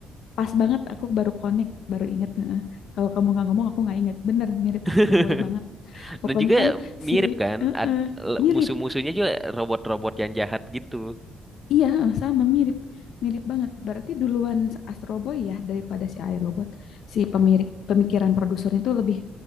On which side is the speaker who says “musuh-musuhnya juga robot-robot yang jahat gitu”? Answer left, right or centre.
Centre